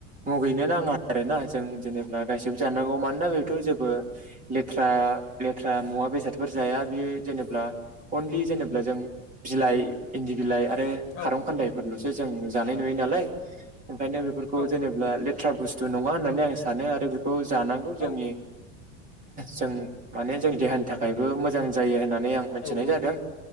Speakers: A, on the right; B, on the left.
A: मुगैनो नाङा। आरोना जों जेनेब्ला गासेबो जानांगौ मानोना बेथ' जेबो लेथ्रा लेथ्रा मु मुवा बेसाद जाया बेयो जेनेब्ला अनलि जेनेब्ला जों बिलाइ इन्दि बिलाइ । आरो
B: औ
A: खारौ खान्दाइफोरल'सो जों जानाय नुयो नालाय ओंखायनो बेफोरखौ
B: औ
A: जेनेब्ला लेथ्रा बुस थु नङा होननानै आं सानो आरो बेखौ जानांगौ जोंनि
B: औ
A: जों माने जोंनि देहानि थाखायबो मोजां जायो। होननानै आं मिन्थिनाय
B: औ औ
A: जादों